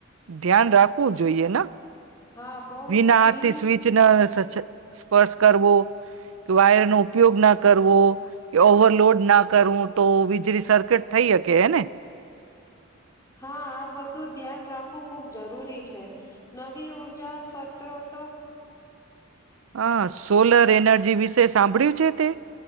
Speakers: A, on the right; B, on the left.
A: ધ્યાન રાખવું જોઈએ ન.
B: હા બહુ
A: ભીના
B: જ
A: હાથથી
B: ભીણી
A: સ્વીચ ન સ છ, સ્પર્શ કરવો કે વાયર નો ઉપયોગ ના કરવો. કે ઓવરલોડ ના કરવું તો વીજળી સર્કિટ થઈ અકે, એને?
B: હા, આ બધું ધ્યાન રાખવું ખૂબ જરૂરી છે. નવી ઊર્જા સત્ર તો
A: આ સોલર એનર્જી વિશે સાંભળ્યું છે તે?